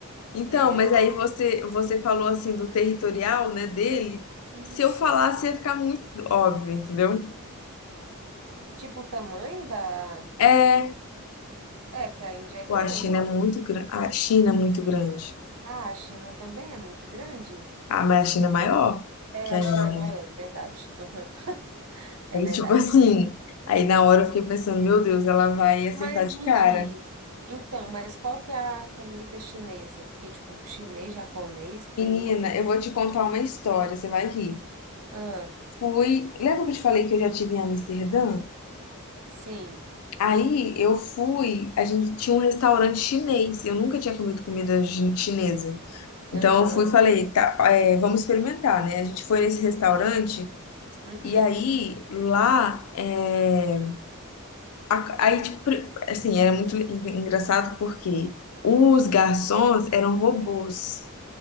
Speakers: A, on the left; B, on the right.
A: Então,
B: é
A: mas aí você você falou assim do territorial, né, dele.
B: isso.
A: Se eu falasse ia ficar muito óbvio, entendeu?
B: Do Tipo, o tamanho da...
A: É,
B: É, que a Índia é grande.
A: pô, a China
B: né?
A: é muito grande. A China é muito grande.
B: Ah, a China também é muito grande.
A: Ah, mas a China é maior
B: É,
A: que
B: a
A: a Índia.
B: China é maior, é verdade. Aham, é
A: Aí,
B: verdade.
A: tipo assim, aí na hora eu fiquei pensando, meu Deus, ela vai acertar
B: Mas
A: de
B: me
A: cara.
B: diz, então, mas qual que é a comida chinesa? Porque, tipo, chinês, japonês, pra
A: Menina,
B: mim é...
A: eu vou te contar uma história, você vai rir.
B: Ah,
A: Fui, lembra que eu te falei que eu já tive em Amsterdã?
B: sim,
A: Aí eu fui, a gente tinha um restaurante chinês, eu nunca tinha comido comida chi- chinesa. Então
B: aham,
A: eu fui e falei, tá, é, vamos experimentar, né? A gente foi nesse restaurante
B: uhum,
A: e aí lá, é, a- aí tipo, pri- assim, era muito en- engraçado porque os
B: uhum.
A: garçons eram robôs.